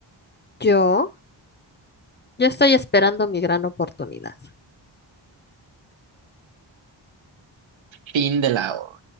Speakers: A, on the left (about 25°); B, on the right (about 80°).
A: ¿Yo? Yo estoy esperando mi gran oportunidad.
B: Fin de la